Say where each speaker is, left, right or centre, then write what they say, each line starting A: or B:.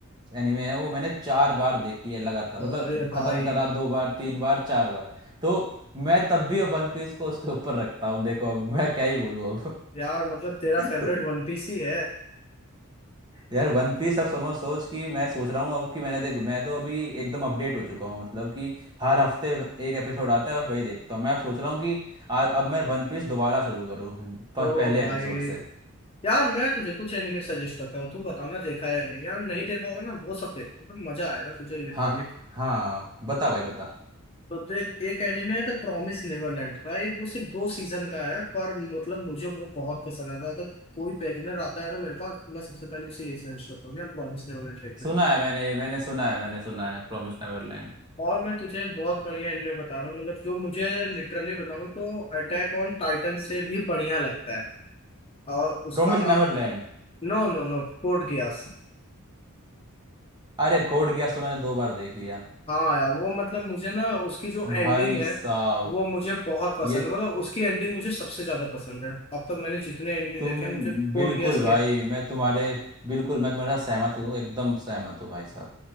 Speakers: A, on the right; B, on the left.
A: एनिमे है वो मैंने चार बार देखी है लगातार
B: और
A: मतलब खत्म
B: भाई
A: करा दो बार तीन बार चार बार तो मैं तब भी अब वन पीस को उसके ऊपर रखता हूँ देखो अब मैं क्या ही बोलूँ अब <laughs>
B: यार मतलब तेरा फेवरेट
A: तो
B: वन पीस ही है
A: यार वन पीस अब समझ सोच कि मैं सोच रहा हूँ अब कि मैंने देखो मैं तो अभी एकदम अपडेट हो चुका हूँ मतलब कि हर हफ्ते एक एपिसोड आता है बस वही देखता हूँ मैं अब सोच रहा हूँ कि आ, अब मैं वन पीस दोबारा शुरू करूँ प-
B: ओ
A: पहले
B: भाई
A: एपिसोड से
B: यार मैं तुझे कुछ एनिमे सजेस्ट करता हूँ तू बताना देखा है या नहीं यार नहीं देखा होगा ना वो सब देखना मतलब मजा आएगा तुझे लिटरली
A: हाँ हाँ बता भाई बता
B: तो देख एक एनिमे है द प्रॉमिस नेवरलैंड भाई वो सिर्फ दो सीजन का है पर मतलब मुझे वो बहुत पसंद आता है अगर कोई बेगिनर आता है ना मेरे पास तो मैं सबसे पहले उसे यही सजेस्ट करता हूँ यार प्रॉमिस नेवरलैंड देख ले
A: सुना है मैंने ये मैंने सुना है मैंने सुना है प्रॉमिस नेवरलैंड
B: और मैं तुझे एक बहुत बढ़िया एनिमे बता रहा हूँ मतलब जो मुझे लिटरली बताऊँ तो अटैक ऑन टाइटन से भी बढ़िया लगता है और उसका
A: Promise
B: नाम
A: Neverland
B: no no no code geass
A: अरे कोड गियास तो मैंने दो बार देख लिया
B: हाँ यार वो मतलब मुझे ना उसकी जो एंडिंग
A: भाई
B: है
A: साहब
B: वो मुझे बहुत पसंद
A: ये
B: है मतलब उसकी एंडिंग मुझे सबसे ज्यादा पसंद है अब तक मैंने जितने एनिमे
A: तुम
B: देखे हैं मुझे कोड
A: बिल्कुल
B: गेस
A: भाई
B: किया है।
A: मैं तुम्हारे बिल्कुल मैं तुम्हारे साथ सहमत हूँ एकदम सहमत हूँ भाई साहब